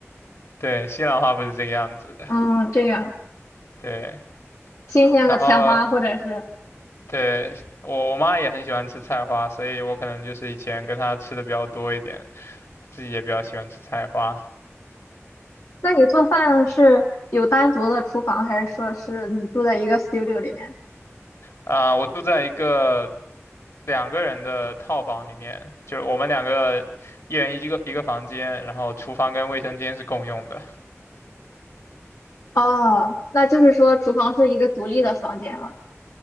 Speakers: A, on the left; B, on the left.
A: <laughs> 对，西兰花不是这个样子的。
B: 嗯，这样
A: 对，
B: 新鲜的菜花或者是
A: 然后对我我妈也很喜欢吃菜花，所以我可能就是以前跟她吃的比较多一点，自己也比较喜欢吃菜花。
B: 那你做饭是有单独的厨房，还是说是你住在一个 studio 里面？
A: 啊、我住在一个两个人的套房里面，就是我们两个一人一个一个房间，然后厨房跟卫生间是共用的。
B: 哦，那就是说厨房是一个独立的房间了。